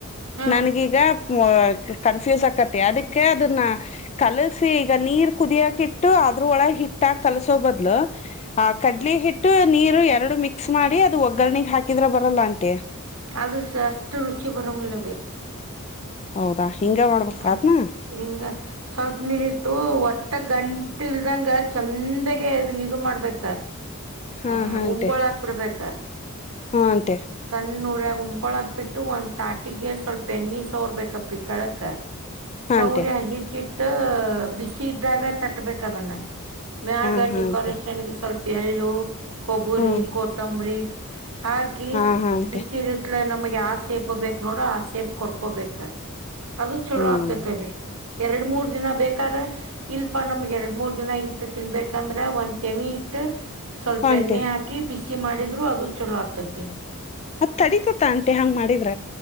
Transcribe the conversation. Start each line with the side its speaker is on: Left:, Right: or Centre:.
Right: ಹಾ
Left: ನನ್ಗೀಗ ಕನ್ಫ್ಯೂಸ್ ಆಕತಿ ಅದಕ್ಕೆ ಅದನ್ನ ಕಲಸಿ. ಈಗ ನೀರ್ ಕುದಿಯಕ ಇಟ್ಟು ಅದ್ರ ಒಳಗೆ ಹಿಟ್ಟ. ಕಸೋ ಬದ್ ಆ ಕಡ್ಲಿ ಹಿಟ್ಟ ನೀ. ಎರಡು ಮಿಕ್ಸ್ ಮಾಡಿ ಅದು ಒಗ್ಗರ್ರಣೆಗೆ ಹಾಕಿದ್ರ ಬರಲ್ಲ ಅಂಟಿ.
Right: ಅದು ಸ ಅಷ್ಟು ರುಚಿ ಪರವಂಗಲ್ಲವೇ.
Left: ಹೌದಾ ಹಿಂಗ ಮಾಡ್ಬೇಕ
Right: ಹ್ಮ
Left: ಅದ್ನ
Right: ಹಿಂಗ ಸ್ವಲ್ಪ ನೀರಿಟ್ಟು ಒಟ್ಟಕ್ಕೆ. ಗಂಟು ಇಲ್ದಂಗ ಚಂದಾಗ ಅದ ನಿಗೂ ಮಾಡ್ಬೇಕ.
Left: ಹಾ
Right: ಹ
Left: ಹಾ
Right: ಉಮ್ಗಳ
Left: ಅಂಟಿ
Right: ಹಾಕ್ ಬಿಡ್ಬೇಕಾ <inaudible>
Left: ಹಾ ಅಂಟಿ
Right: ಸಣ್ಣೂರ. ತಕೊಳಾಕ್ ಬಿಟ್ಟು ಒಂದ್ ತಾಟಿಗೆ ಸ್ವಲ್ಪ ಎಣ್ಣಿ ಸೋರ್ಬೇಕ ಪಿತ್ತಳಕ್.
Left: ಹಾ
Right: ಸೌರ್ಯ
Left: ಅಂಟಿ
Right: ಹಿಟ್ಟಿಟ್ಟು. ಬಿಸಿ ಇದ್ದಾಗ ತಟ್ಬೇಕ ಅದನ್ನ. ಮ
Left: ಹಾ
Right: ಅಗ
Left: ಹಾ
Right: ಡೆಕೋರಷನ್.
Left: ಅಂಟಿ
Right: ತರ್ಪಿಯ ಇಲೋ. ಕೊಬರಿ
Left: ಹ್ಮ್
Right: ಕೊತಂಬ್ರಿ. <inaudible> ಹಾಕಿ
Left: ಹಾ ಹಾ ಅಂಟಿ
Right: ಬಿಟ್ಟಿರತ್ಲೆ ನಮಗೆ. ಆ ಸೇಪ್ ಬೇಕ ನೋಡ್ರ ಆ ಸೇಪ್ ಕೊರ್ಕೋಬೇಕ. ಚಲೋ
Left: ಹ್ಮ್
Right: ಆಗ್ತತೆ ಎರಡ್ ಮೂರ್ ದಿನ ಬೇಕ. ಇಲ್ಪಾ ನಮ್ಗ್ ಎರಡ್ ಮೂರ್ ದಿನ ಇಟ್ಟು ತಿನ್ಬೇಕಂದ್ರ ಒಂದ್ ತೆಮಿ ಇಟ್ಟ. ಸ್ವಲ್ಪ
Left: ಹಾ ಅಂಟಿ
Right: ಎಣ್ಣೆ ಹಾಕಿ ಬಿಸಿ ಮಾಡಿದ ರು ಅದು ಚಲೋ ಆಗ್ತತಿ.
Left: ಅದ ತಡಿತೈತಿ ಅಂಟೆ ಹಂಗ್ ಮಾಡಿದ್ರ.